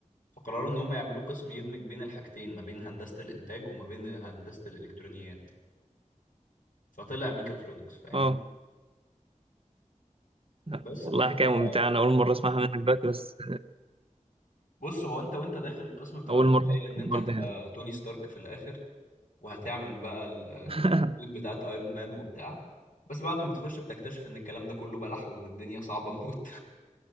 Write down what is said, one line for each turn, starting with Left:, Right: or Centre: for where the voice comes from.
Left: فقرروا ان هم يعملوا قسم يدمج بين الحاجتين ما بين هندسه الانتاج وما بين هندسه الالكترونيات فطلع ميكاترونكس فاهمني
Right: اه لا،
Left: بس
Right: والله
Left: بناخد
Right: حكاية
Left: بقى
Right: ممتعة
Left: مواد
Right: انا اول مرة اسمعها منك دلوقتي بس
Left: بص هو انت وانت داخل القسم بتبقى
Right: اول
Left: متخيل
Right: مرة اسمع
Left: ان انت
Right: الحوار
Left: هتبقى
Right: ده يعني
Left: توني ستارك في الاخر وهتعمل بقى ال-
Right: <laughs>
Left: السوت بتاعت ايرون مان وبتاع بس بعد ما بتخش بتكتشف ان الكلام ده كله بلح وان الدنيا صعبة موت